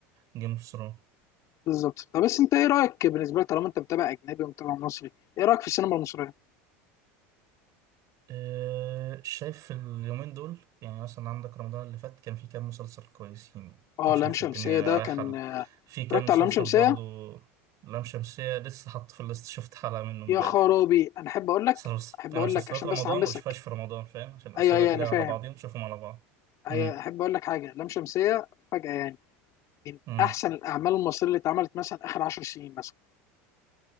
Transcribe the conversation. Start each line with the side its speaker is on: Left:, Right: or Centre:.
Right: جيم اوف ثرونز
Left: بالظبط طب بس انت ايه رايك بالنسبه لك طالما انت متابع اجنبي ومتابع مصري ايه رايك في السينما المصريه
Right: آه، شايف اليومين دول يعني مثلا عندك رمضان اللي فات كان في كام مسلسل كويسين
Left: اه
Right: كان شايف
Left: لام شمسيه
Right: الدنيا
Left: ده
Right: رايحة
Left: كان
Right: ل- في
Left: اتفرجت
Right: كام مسلسل
Left: على لام شمسيه
Right: برضه لام شمسية لسه حاط في الليست شفت حلقة منه امبارح
Left: يا خرابي انا احب اقول لك
Right: بس أنا بس
Left: احب
Right: أنا
Left: اقول
Right: مسلسلات
Left: لك عشان
Right: رمضان
Left: بس احمسك
Right: ما بشوفهاش في رمضان فاهم عشان أسيبها
Left: ايوه ايوه
Right: كده
Left: انا فاهم
Right: على بعضين نشوفهم على بعض
Left: ايوه
Right: امم
Left: احب اقول لك حاجه لام شمسيه فجاه يعني من
Right: امم
Left: احسن الاعمال المصريه اللي اتعملت مثلا اخر 10 سنين مثلا